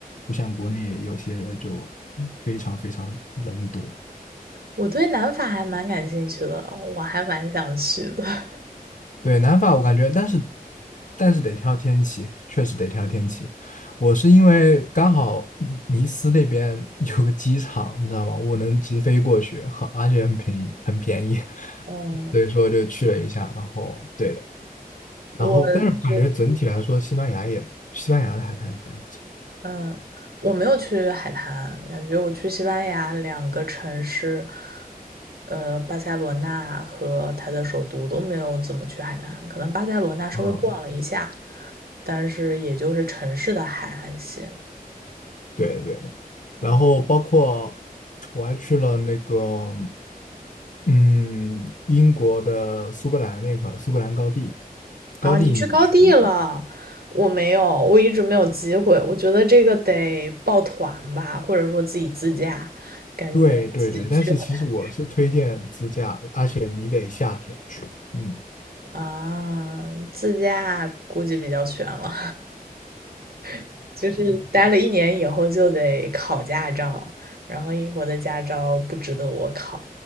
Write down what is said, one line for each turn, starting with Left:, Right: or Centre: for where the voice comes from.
Left: 不像国内有些就非常非常人多。
Right: 我对南法还蛮感兴趣的，我还蛮想去的。<laughs>
Left: 对，南法我感觉，但是但是得挑天气，确实得挑天气。我是因为刚好嗯尼斯那边 <laughs> 有个机场，你知道吗？我能直飞过去，很而且很便宜，很便宜，<laughs>
Right: 嗯，
Left: 所以说就去了一下。然后对的，
Right: 我觉得，
Left: 然后但是我感觉整体来说，西班牙也西班牙的海滩也非常不错
Right: 嗯，我没有去海滩，感觉我去西班牙两个城市，呃，巴塞罗那和它的首都都没有怎么去海滩，可能巴塞罗那稍微逛了一下，
Left: 啊。
Right: 但是也就是城市的海岸线。
Left: 对的对的。然后包括
Right: 嗯
Left: 我还去了那个，嗯，英国的苏格兰那块，苏格兰高地，高地你们去过吗？
Right: 啊，你去高地了，我没有，我一直没有机会。我觉得这个得抱团吧，或者说自己自驾，感觉自己去很难
Left: 对对对，但是其实我是推荐自驾的，而且你得夏天去，嗯
Right: 啊。自驾估计比较悬了，<laughs> 就是待了一年以后就得考驾照，然后英国的驾照不值得我考，